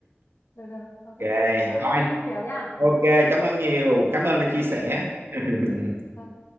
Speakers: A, on the left; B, on the right.
A: được được ok
B: ok
A: các bạn
B: thôi
A: xem phim vui vẻ nha
B: ok cảm ơn nhiều cảm ơn đã chia sẻ
A: Thôi,
B: <laughs>
A: thôi.